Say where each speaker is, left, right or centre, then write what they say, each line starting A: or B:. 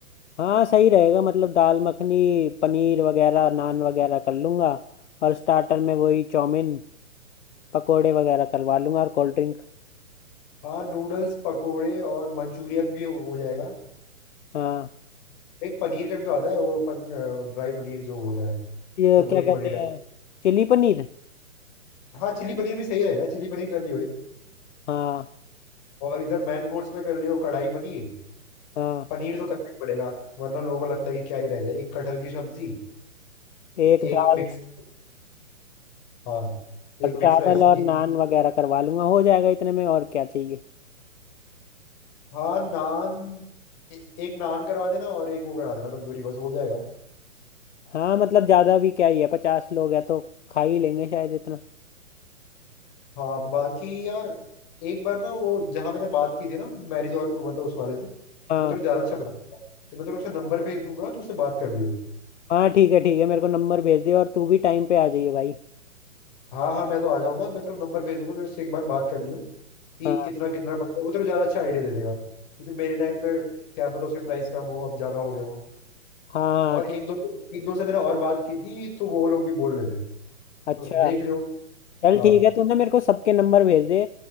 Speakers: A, on the left; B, on the left.
A: हाँ सही रहेगा मतलब दाल मखनी पनीर वगैरह नान वगैरह कर लूंगा और स्टार्टर में वही चाउमीन पकोड़े वगैरह करवा लूंगा और कोल्ड ड्रिंक
B: हाँ नूडल्स पकोड़े और मंचूरियन भी हो हो जाएगा
A: हाँ
B: एक पनीर का भी तो आता है वो पन, ड्राई पनीर जो होता है
A: ये
B: तंदूरी
A: क्या कहते
B: पनीर टाइप
A: हैं चिली पनीर
B: हाँ चिली पनीर भी सही रहेगा चिली पनीर कर लियो एक
A: हाँ
B: और इधर मैन कोर्स में कर लियो कढ़ाई पनीर
A: हाँ
B: पनीर तो करना ही पड़ेगा वरना लोगों को लगता है कि क्या ही रहेगा एक कटहल की सब्जी
A: एक
B: एक
A: दाल
B: मिक्स हाँ
A: और
B: एक मिक्स
A: चावल
B: वेज
A: और
B: ये
A: नान वगैरह करवा लूंगा हो जाएगा इतने में और क्या चाहिए
B: हाँ नान ए, एक नान करवा देना और एक वो करा देना तंदूरी बस हो जाएगा
A: हाँ मतलब ज़्यादा भी क्या ही है पचास लोग हैं तो खा ही लेंगे शायद इतना
B: हाँ बाकी यार एक बार ना वो जहाँ मैंने बात की थी ना मैरिज हॉल मतलब उस वाले से
A: हाँ
B: वो तेरे को ज्यादा अच्छा बताऊंगा तो मैं तेरे को उसका नंबर भेज दूंगा तो उससे बात कर लियो
A: हाँ ठीक है ठीक है मेरे को नंबर भेज दे और तू भी टाइम पे आ जाइए भाई
B: हाँ हाँ मैं तो आ जाऊंगा मैं तेरे को नंबर भेज दूंगा तो उससे एक बार बात कर लियो कि
A: हाँ
B: कितना कितना पड़ेगा वो तेरे को ज्यादा अच्छा आइडिया दे देगा क्योंकि मेरे टाइम पे क्या पता उसके प्राइस कम हो अब ज्यादा हो गए हो
A: हाँ हाँ
B: और
A: ठीक
B: एक दो एक दो से मैंने और बात की थी तो वो लोग भी बोल रहे थे तो
A: अच्छा
B: देख लियो
A: चल
B: हाँ
A: ठीक है तूने मेरे को सबके नंबर भेज दे